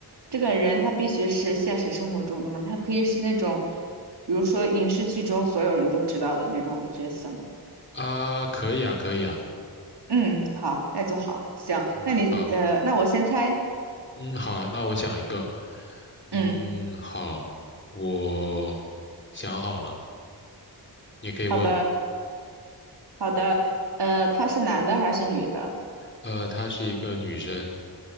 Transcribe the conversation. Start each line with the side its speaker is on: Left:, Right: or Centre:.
Right: 这个人他必须是现实生活中的吗？他可以是那种，比如说影视剧中所有人都知道的那种角色吗？
Left: 啊，可以啊，可以啊，
Right: 嗯，好，那就好，行，
Left: 嗯，
Right: 那你，
Left: 好。
Right: 呃，那我先猜，
Left: 嗯，好啊，那我想一个。嗯，
Right: 嗯，
Left: 好，我想好了，你也可以问。
Right: 好的，好的，呃，他是男的还是女的？
Left: 呃，她是一个女生，